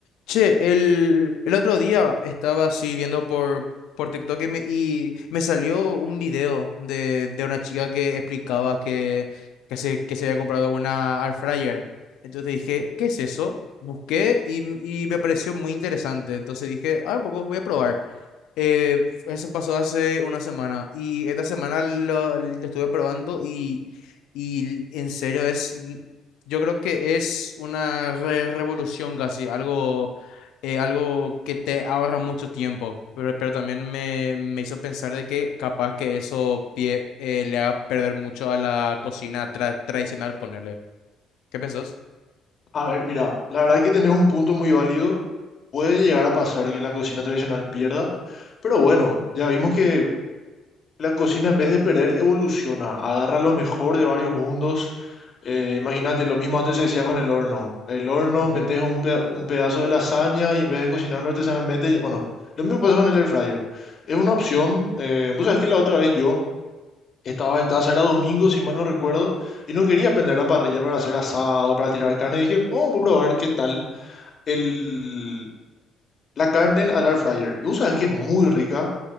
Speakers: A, on the left (about 70°); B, on the left (about 50°).
A: Che, el, el otro día estaba así viendo por, por TikTok y me, y me salió un video de, de una chica que explicaba que, que, se, que se había comprado una air fryer. Entonces dije, ¿qué es eso? Busqué y, m- y me pareció muy interesante. Entonces dije, ah, poco voy a probar. Eh, eso pasó hace una semana y esta semana lo, lo estuve probando y, y en serio es, yo creo que es una re- revolución casi, algo eh, algo que te ahorra mucho tiempo, pero, pero también me, me hizo pensar de que capaz que eso pie- eh, le haga perder mucho a la cocina tra- tradicional, ponerle. ¿Qué pensás?
B: A ver, mira, la verdad que tenés un punto muy válido. Puede llegar a pasar que la cocina tradicional pierda, pero bueno, ya vimos que la cocina en vez de perder evoluciona, agarra lo mejor de varios mundos. Eh, imagínate, lo mismo antes se decía con el horno. El horno
A: Ujú,
B: metes un, peda- un pedazo de lasaña y en vez de cocinarlo artesanalmente, ya- bueno, lo mismo pasa con el air fryer. Es una opción. Eh, vos sabés que la otra vez yo estaba en casa, era domingo, si mal no recuerdo, y no quería prender la parrilla para hacer asado, para tirar carne. Y dije, oh, voy a probar qué tal el, la carne al air fryer. Y vos sabés
A: mm,
B: que es muy rica.